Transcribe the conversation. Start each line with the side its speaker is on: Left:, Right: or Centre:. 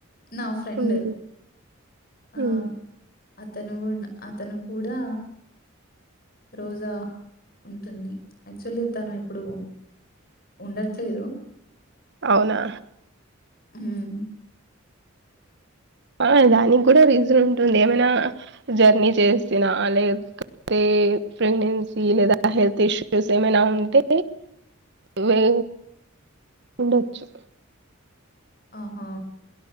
Left: నా ఫ్రెండ్
Right: ఉమ్,
Left: ఆ
Right: ఉమ్.
Left: అతను కు అతను కూడా రోజా ఉంటుంది యాక్చువల్లీ తను ఇప్పుడు ఉండట్లేదు
Right: అవునా
Left: ఉమ్
Right: ఆ దాని కూడా రీజఅన్ ఉంటుంది ఏమైనా జర్నీ చేసినా లేకపోతే ప్రెగ్నెన్సీ లేదా హెల్త్ ఇష్యూస్ ఏమైనా ఉంటే వే ఉండచ్చు
Left: ఆహా